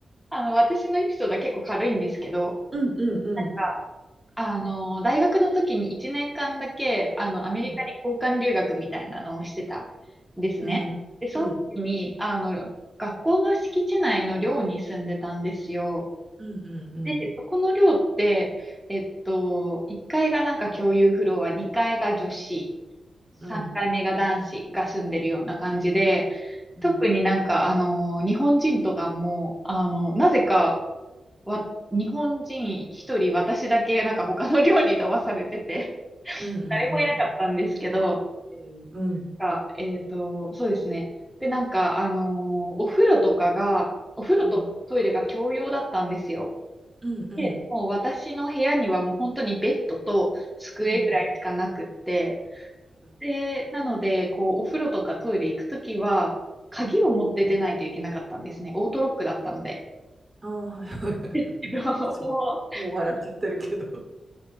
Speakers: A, in the centre; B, on the right (about 35°).
A: あの、私のエピソードは結構軽いんですけど、
B: うんうんうん。
A: なんかあの、大学の時に1年間だけ、あの、アメリカに交換留学みたいなのをしてたんですね。
B: うんうん、
A: で、その時に、
B: うん、
A: あの、学校の敷地内の寮に住んでたんですよ。
B: うん、うん、うん、
A: で、そこの寮って、えっと、1階がなんか共有フロア、2階が女子、3階目が男子が住んでるような感じで、
B: うん、うん、
A: 特になんか、あの、日本人とかも、あの、なぜかわ、日本人一人私だけなんか他の寮に飛ばされてて、<laughs>
B: うん、うん、
A: 誰もいなかったんですけど、
B: うん、っていううん、
A: あ、えっと、そうですね。で、なんか、あのーお風呂とかが、お風呂とトイレが共用だったんですよ。
B: うん、うん、うん、
A: で、もう私の部屋にはもう本当にベッドと机ぐらいしかなくって、
B: うん、うん、
A: で、なので、こう、お風呂とかトイレ行くときは、鍵を持って出ないといけなかったんですね。
B: うん、
A: オートロックだったので。
B: ああ、はいはいはいはい。
A: 自分はも
B: そうもう笑っちゃってるけど。